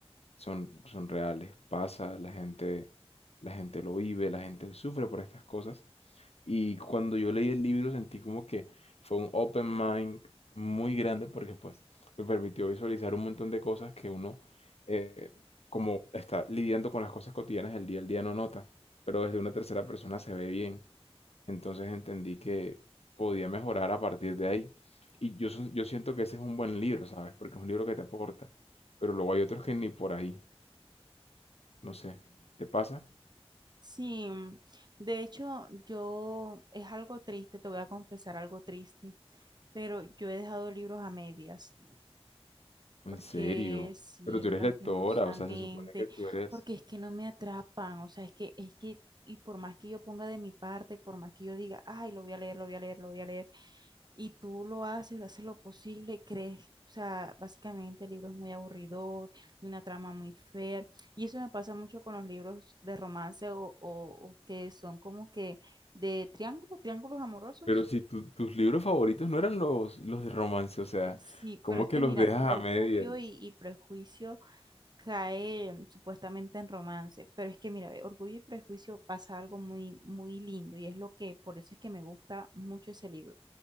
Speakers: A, on the left (about 75°); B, on the right (about 40°).
A: son, son reales, pasa, la gente, la gente lo vive, la gente sufre por estas cosas y cuando yo leí el libro sentí como que fue un open mind muy grande porque pues me permitió visualizar un montón de cosas que uno eh, como está lidiando con las cosas cotidianas del día al día no nota, pero desde una tercera persona se ve bien. Entonces entendí que podía mejorar a partir de ahí. Y yo, so- yo siento que ese es un buen libro, ¿sabes? Porque es un libro que te aporta. Pero luego hay otros que ni por ahí. No sé. ¿Te pasa?
B: Sí, de hecho yo es algo triste, te voy a confesar algo triste, pero yo he dejado libros a medias.
A: En
B: Porque
A: serio.
B: sí,
A: Pero tú eres
B: lastimosamente,
A: lectora, o sea, se supone que tú eres...
B: porque es que no me atrapan, o sea, es que, es que, y por más que yo ponga de mi parte, por más que yo diga, ay, lo voy a leer, lo voy a leer, lo voy a leer, y tú lo haces, haces lo posible, crees, o sea, básicamente el libro es muy aburridor, de una trama muy fea, y eso me pasa mucho con los libros de romance o, o, o que son como que de triángulos, triángulos amorosos.
A: Pero si tu- tus libros favoritos no eran los, los de romance, o sea,
B: eh, Sí,
A: ¿cómo
B: pero es
A: que
B: que
A: los
B: mira,
A: dejas
B: Orgullo
A: a medias?
B: y, y Prejuicio cae em, supuestamente en romance, pero es que mira, ve, Orgullo y Prejuicio pasa algo muy, muy lindo y es lo que, por eso es que me gusta mucho ese libro.